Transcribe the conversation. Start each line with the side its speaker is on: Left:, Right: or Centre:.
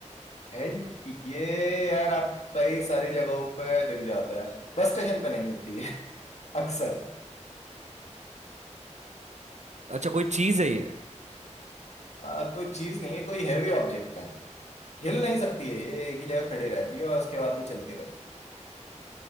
Left: है है है। ये यार आप कई सारी जगहों पे दिख जाता है बस स्टेशन पे नहीं मिलती है अक्सर
Right: अच्छा कोई चीज है ये
Left: आ, कोई चीज नहीं है कोई हैवी ऑब्जेक्ट है हिल नहीं सकती है ये एक ही जगह खड़ी रहती है और उसके बाद भी चलती रहती है